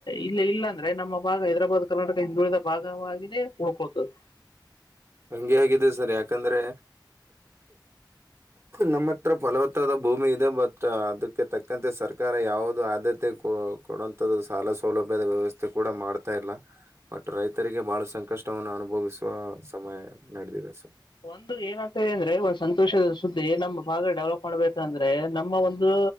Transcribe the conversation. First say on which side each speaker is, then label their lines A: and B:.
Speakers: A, on the left; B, on the right.
A: ಇಲ್ಲ ಇಲ್ಲ ಅಂದ್ರೆ ಅೇ ನಮ್ಮ ಭಾಗ ಹೈದ್ರಾಬಾದ್ ಕರ್ನಾಟಕ ಹಿಂದುಳಿದ ಭಾಗವಾಗಿನೇ ಉಳ್ಕೋತದೆ
B: ಹಂಗಗೆ ಆಗಿದೆ ಸರ್ ಯಾಕಂದ್ರೆ ನಮ್ಮತ್ರ ಫಲವತ್ತಾದ ಭೂಮಿ ಇದೆ ಬಟ್ ಅದಕ್ಕೆ ತಕ್ಕಂತೆ ಸರ್ಕಾರ ಯಾವುದು ಆದ್ಯತೆ ಕೊ ಕೊಡಂತದ್ದು ಸಾಲ ಸೌಲಭ್ಯದ ವ್ಯವಸ್ಥೆ ಕೂಡ ಮಾಡ್ತಾ ಇಲ್ಲ ಬಟ್ ರೈತರಿಗೆ ಬಹಳ ಸಂಕಷ್ಟವನ್ನು ಅನುಭವಿಸುವ ಸಮಯ ನಡೆದಿದೆ ಸ
A: ಒಂದು ಏನತದೆ ಅಂದ್ರೆ ಒ ಸಂತೋಷದ ಸುದ್ದಿ ನಮ್ಮ ಭಾಗ ಡೆವಲಪ್ ಮಾಡ್ಬೇಕಂದ್ರೆ ನಮ್ಮ ಒಂದು